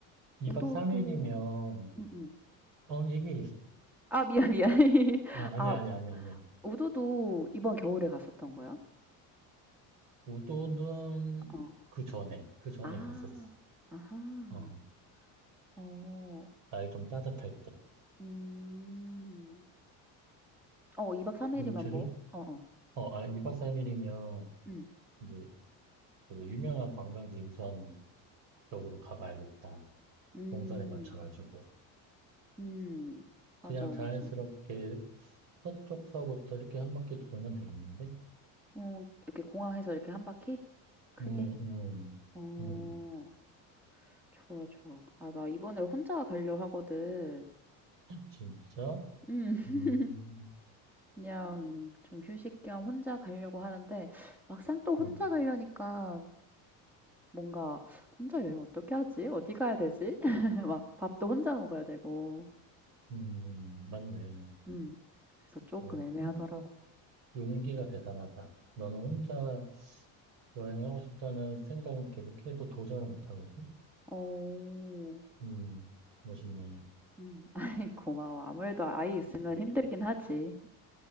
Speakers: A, on the right; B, in the centre.
A: 이박
B: 우도도
A: 3일이면
B: 음음.
A: 어 이게
B: 아 미안, 미안. <laughs>
A: 아, 아니
B: 아
A: 아니 아니 아니야.
B: 우도도 이번 겨울에 갔었던 거야?
A: 우도는
B: 어.
A: 그 전에 그 전에
B: 아.
A: 갔었어.
B: 아하.
A: 어
B: 어.
A: 날 좀 따뜻할 때.
B: 음. 어 2박 3
A: 그리고
B: 일이면
A: 제주
B: 뭐 어어.
A: 어아 2박 3일이면
B: 음.
A: 이제 그 유명한 관광지 우선 쪽으로 가봐야겠다.
B: 음.
A: 동선에 맞춰가지고.
B: 음. 맞아,
A: 그냥 자연스럽게
B: 맞아.
A: 서쪽서부터 이렇게 한 바퀴 돌면 되겠는데?
B: 어 이렇게 공항에서 이렇게 한 바퀴? 크게?
A: 음, 음,
B: 어.
A: 음,
B: 좋아, 좋아. 아 나 이번에 혼자 가려 하거든.
A: 진짜?
B: 음. <laughs>
A: 음,
B: 그냥 좀 휴식 겸 혼자 가려고 하는데 막상 또 혼자
A: 음,
B: 가려니까 뭔가 '혼자 여행 어떻게 하지? 어디 가야 되지?' <laughs> 막 밥도 혼자 먹어야 되고.
A: 음, 맞네.
B: 음. 그래서 조금
A: 어,
B: 애매하더라고
A: 혼자, 용기가 대단하다. 너는 혼자 여행하고 싶다는 생각은 계속해도 도전을 못하거든?
B: 오 어.
A: 음, 멋있네.
B: 음. <laughs> 아이 고마워. 아무래도 아이 있으면 힘들긴 하지.